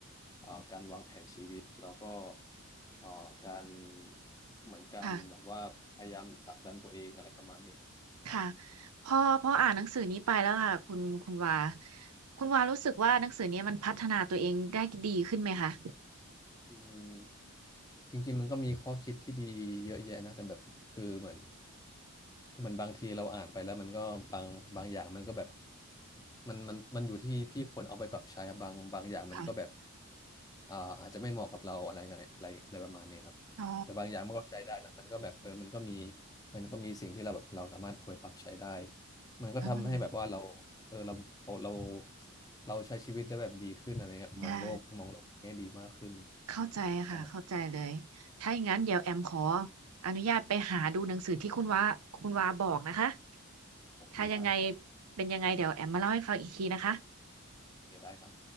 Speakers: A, on the left; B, on the right.
A: เอ่อการวางแผนชีวิตแล้วก็เอ่อการเหมือนการแบบว่าพยายามผลักดันตัวเองอะไรประมาณเนี้ยครับ
B: ค่ะค่ะพอพออ่านหนังสือนี้ไปแล้วค่ะคุณคุณวาคุณวารู้สึกว่าหนังสือเนี้มันพัฒนาตัวเองได้ดีขึ้นไหมคะ
A: อืมจริงๆมันก็มีข้อคิดที่ดีเยอะแยะนะแต่แบบคือเหมือนคือมันบางทีเราอ่านไปแล้วมันก็บางบางอย่างมันก็แบบมันมันมันอยู่ที่ที่คนเอาไปปรับใช้ครับบางบางอย่างมันก็แบบ
B: ค่ะ
A: อ่าอาจจะไม่เหมาะกับเราอะไรเงี้ยอะไรอะไรประมาณนี้ครับแต่บางอย่างมันก็ใช้ได้นะมันก็แบบเออมันก็มี
B: อ๋อ
A: มันก็มีสิ่งที่เราแบบเราสามารถเอาไปปรับใช้ได้มันก็ทำให้แบบว่าเราเออเราเราเรา
B: อืม
A: เราใช้ชีวิตได้แบบดีขึ้นอะไรเงี้ยมองโลกมองโลกในแง่ดีมากขึ้น
B: ค่ะ เข้าใจค่ะเข้าใจเลยถ้าอย่างนั้นเดี๋ยวแอมขอ
A: ใช่
B: อนุญาตไปหาดูหนังสือที่คุณว่าคุณว่าบอกนะคะ
A: โอเคได้
B: ถ้ายังไงเป็นยังไงเดี๋ยวแอมมาเล่าให้ฟังอีกทีนะคะ
A: โอเคได้ครับ